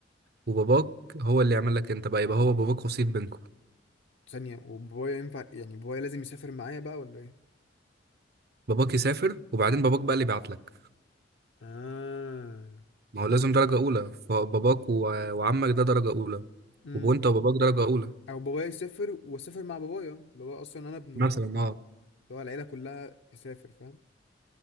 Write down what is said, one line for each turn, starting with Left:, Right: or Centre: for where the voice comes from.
Right: وباباك هو اللي يعمل لك انت بقى يبقى هو باباك وسيط بينكم
Left: ثانية وبابايا ينفع يعني بابايا لازم يسافر معايا بقى ولا ايه؟
Right: باباك يسافر وبعدين باباك بقى اللي يبعت لك
Left: اه
Right: ما هو لازم درجة أولى فباباك و- وعمك ده درجة أولى
Left: امم
Right: وأنت وباباك درجة أولى
Left: او بابايا يسافر واسافر مع بابايا اللي هو اصلا انا ابنه
Right: مثلا
Left: فاهم
Right: اه
Left: اللي هو العيلة كلها تسافر فاهم